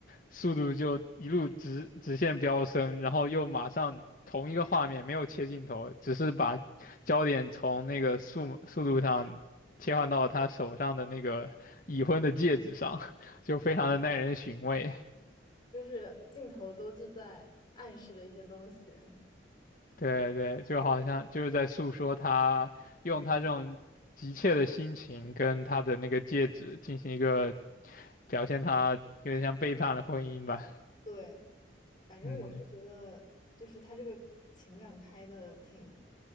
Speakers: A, on the left (about 45°); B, on the left (about 20°).
A: 速度就一路直直线飙升，然后又马上同一个画面没有切镜头，只是把焦点从那个速速度上切换到他手上的那个已婚的戒指上，<laughs> 就非常的耐人寻味。
B: 就是镜头都是在暗示着一些东西，
A: 对对，就好像就是在诉说他用他这种急切的心情跟他的那个戒指进行一个
B: 嗯，
A: 表现，他有点像背叛了婚姻吧。
B: <laughs> 对，反正我是觉得就是他这个情感拍的挺
A: 嗯，